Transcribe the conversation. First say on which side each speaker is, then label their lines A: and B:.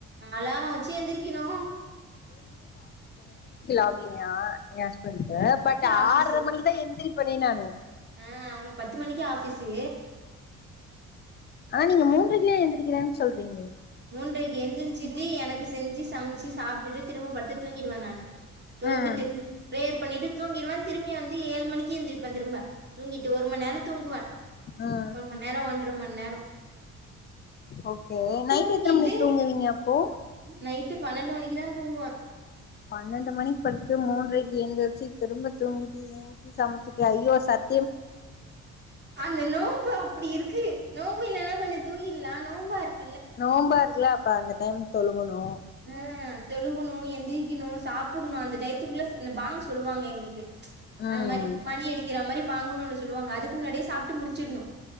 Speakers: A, on the right; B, on the left.
A: அலாரோ வச்சி எந்திரிக்கனு
B: அப்டினா ஏ ஹஸ்பண்டு பட்
A: ஆஃபீஸு
B: ஆர்ற மணிக்குதா எந்திரிப்பனே நானு
A: ஆ அவங்களுக்கு பத்து மணிக்கே ஆபிஸு
B: ஆனா நீங்க மூன்றைக்குலா எந்திரிக்கிறேன்னு சொல்றீங்ளே
A: மூன்றைக்கு எந்திரிச்சிட்டு எனக்கு செஞ்சி சமச்சி சாப்டுட்டு திரும்பப்படுத்து தூங்கிடுவே நானு தொல்துட்டு
B: ம்
A: பிரேயர் பண்ணிட்டு தூங்கிடுவே திரும்பி வந்து ஏழு மணிக்கு எந்திரிப்பே திரும்ப தூங்கிட்டு ஒரு மண் நேரோ தூங்குவே
B: ம்
A: ஒரு மண் நேரோ ஒன்ற மண் நேரோ
B: ஓகே நைட்
A: தூங்கிட்டு
B: எத்தன மணிக்கு தூங்குவீங்க அப்போ
A: நைட்டு பன்னெண்டு மணிக்கு தா தூங்குவோ
B: பன்னெண்டு மணி படுத்து மூன்றைக்கு எந்துருச்சி திரும்ப தூங்கிட்டு ஏஞ்சி சமச்சிட்டு ஐயோ சத்
A: அந்த நோம்பு அப்டி இருக்கு நோம் பு இல்லன்னா கொஞ்சோ தூங்கிர்லா நோம்பா இருக்
B: நோம்பா இருக்குல அப்ப அந்த டைம் தொழுகனு
A: ஹ தொழுகுனு எந்திரிக்குனு சாப்பிடணும் அந்த டயத்துக்குள்ள அந்த பாங்க் சொல்லுவாங்க எங்களுக்கு
B: ம்
A: அது மாதிரி மணி அடிக்கிற மாதிரி பாங்குணும்னு சொல்லுவாங்க அதுக்கு முன்னாடியே சாப்பிட்டு முடிச்சிடணும்